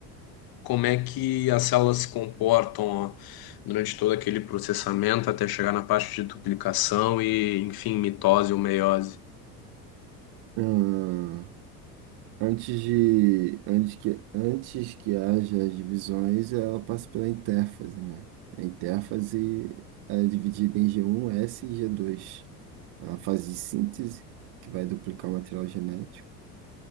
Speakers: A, on the left (about 50°); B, on the right (about 55°).
A: como é que as células se comportam ó, durante todo aquele processamento até chegar na parte de duplicação e, enfim, mitose ou meiose.
B: Ah, antes de, antes que, antes que haja as divisões, ela passa pela intérfase, né? A intérfase é dividida em g um S e g dois É uma fase de síntese que vai duplicar o material genético,